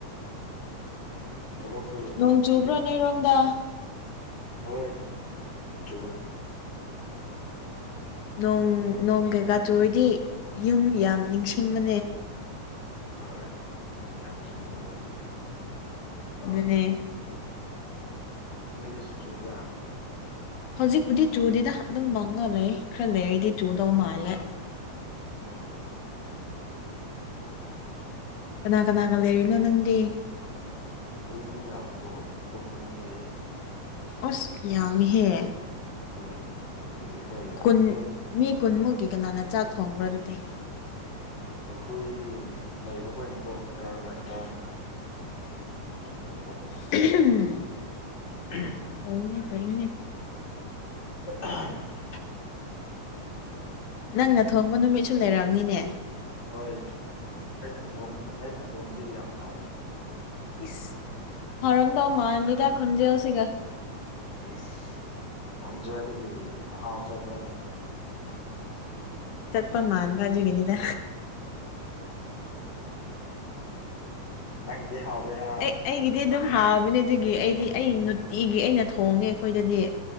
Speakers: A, on the left; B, on the left.
A: ꯊꯕꯛ ꯆꯂꯣꯏꯗ꯭ꯔꯣ
B: ꯅꯣꯡ
A: ꯉꯁꯤ
B: ꯆꯨꯕ꯭ꯔꯣ ꯅꯣꯏꯔꯣꯝꯗ
A: ꯍꯣꯏ ꯣꯏ
B: ꯅꯣꯡ ꯅꯣꯡ ꯀꯩꯀꯥ ꯆꯨꯔꯗꯤ ꯌꯨꯝ ꯌꯥꯝ ꯅꯤꯡꯁꯤꯡ ꯃ
A: ꯍꯣꯏ ꯌꯥꯝ ꯆꯨꯝꯃ
B: ꯑꯗꯨꯅꯦ
A: ꯃꯩꯗꯨꯁꯨ ꯆꯨꯕ꯭ꯔꯥ
B: ꯍꯧꯖꯤꯛꯄꯨꯗꯤ ꯆꯨꯗꯤꯗ ꯑꯗꯨꯝ ꯃꯪꯉ ꯂꯩ ꯈꯔ ꯂꯩꯔꯗꯤ ꯆꯨꯗꯧ ꯃꯥꯜꯂꯦ
A: ꯑꯣ ꯎꯝ
B: ꯀꯅꯥ ꯀꯅꯥꯒ ꯂꯩꯔꯤꯅꯣ ꯅꯪꯗꯤ
A: ꯍꯣꯏ ꯃꯤ ꯌꯥꯃꯦꯕꯣ ꯀꯨꯟꯃꯨꯛ ꯂꯩꯌꯦ
B: ꯑꯁ ꯌꯥꯝꯍꯦ
A: ꯍꯣꯏ ꯎꯗꯤ ꯈꯔ ꯌꯥꯔꯦ
B: ꯀꯨꯟ
A: ꯑꯣ
B: ꯃꯤ ꯀꯨꯟꯃꯨꯛꯀꯤ ꯀꯅꯥꯅ ꯆꯥꯛ ꯊꯣꯡꯕ꯭ꯔꯥ ꯑꯗꯨꯗꯤ
A: ꯑꯩꯈꯣꯏ ꯂꯩꯕ ꯍꯣꯏꯅꯀꯣ ꯇꯥꯔꯟ ꯕꯥꯏ ꯇꯔꯟ ꯊ ꯊꯪ
B: ꯎꯝ
A: ꯎꯝ
B: ꯀꯩꯅꯦ ꯀꯩꯅꯦ
A: ꯎ
B: ꯅꯪꯅ ꯊꯣꯡꯕ ꯅꯨꯃꯤꯠꯁꯨ ꯂꯩꯔꯝꯅꯤꯅꯦ
A: ꯍꯣꯏ ꯑꯩꯅ ꯊꯣꯡꯉꯗꯤ ꯑꯩꯅ ꯊꯣꯡꯕꯗꯤ ꯌꯥꯝ ꯍꯥꯎꯕꯅꯤ
B: ꯏꯁ ꯍꯔꯝꯗꯧ ꯃꯥꯗꯤꯗ ꯈꯨꯟꯖꯦꯜ ꯁꯤꯒ
A: ꯑꯦꯁ ꯈꯟꯖꯦꯜꯗꯒꯤ ꯃꯍꯥꯎ ꯆꯠꯕ꯭ꯔꯅꯦ <unintelligible>
B: ꯆꯠꯄ ꯃꯥꯅꯕꯖꯨꯒꯤꯅꯤꯗ
A: ꯅꯪꯗꯦ ꯍꯥꯎꯗꯦꯔꯥ
B: ꯑꯩ ꯑꯩꯒꯤꯗꯤ ꯑꯗꯨꯝ ꯍꯥꯎꯕꯅꯦ ꯑꯗꯨꯒꯤ ꯑꯩꯗꯤ ꯑꯩ ꯅꯨꯡꯇꯤꯒꯤ ꯑꯩꯅ ꯊꯣꯡꯉꯦ ꯑꯩꯈꯣꯏꯗꯗꯤ